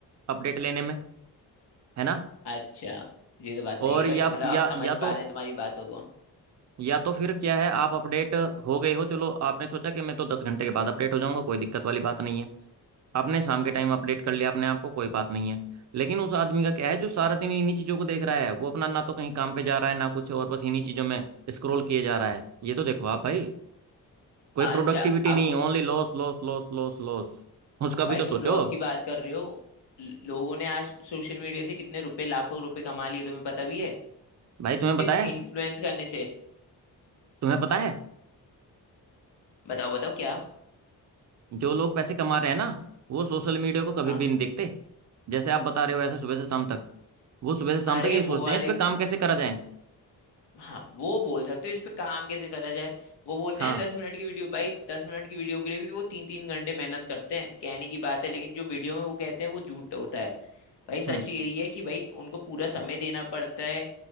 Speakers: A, on the right; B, on the left.
A: अपडेट लेने में है ना
B: अच्छा ये तो बात सही
A: और
B: है भाई
A: या
B: मतलब
A: या
B: अब समझ
A: या
B: पा
A: तो
B: रहे हैं तुम्हारी बातों को
A: या तो फिर क्या है आप अपडेट हो गए हो चलो आपने सोचा कि मैं तो दस घंटे के बाद अपडेट हो जाऊंगा कोई दिक्कत वाली बात नहीं है आपने शाम के टाइम अपडेट कर लिया अपने आप को कोई बात नहीं है लेकिन उस आदमी का क्या है जो सारा दिन इन्हीं चीज़ों को देख रहा है वो अपना ना तो कहीं काम पे जा रहा है ना कुछ और बस इन्हीं चीज़ों में स्क्रॉल किए जा रहा है ये तो देखो आप भाई कोई
B: अच्छा
A: प्रोडक्टिविटी
B: अब
A: नहीं
B: उन
A: only loss loss loss loss loss उसका भी
B: भाई
A: तो
B: तुम
A: सोचो
B: लॉस की बात कर रहे हो ल- लोगों ने आज सोशल मीडिया से कितने रुपए लाखों रुपए कमा लिए तुम्हें पता भी है
A: भाई तुम्हें बताया
B: सिर्फ इन्फ्लुएंस करने से
A: तुम्हें पता है
B: बताओ बताओ क्या
A: जो लोग पैसे कमा रहे हैं ना वो सोशल मीडिया को कभी
B: हाँ
A: भी नहीं देखते जैसे आप बता रहे हो ऐसे सुबह से शाम तक वो सुबह से शाम
B: अरे
A: तक ये सोचते
B: वो वाले
A: हैं इस पे काम कैसे करा जाए
B: हाँ वो बोल सकते हो इस पे काम कैसे करा जाए वो बोलते
A: हाँ
B: हैं दस मिनट की वीडियो भाई दस मिनट की वीडियो के लिए भी वो तीन तीन घंटे मेहनत करते हैं कहने की बात है लेकिन जो वीडियो में वो कहते हैं वो झूठ होता है भाई सच
A: हम्म
B: यही है कि भाई उनको पूरा समय देना पड़ता है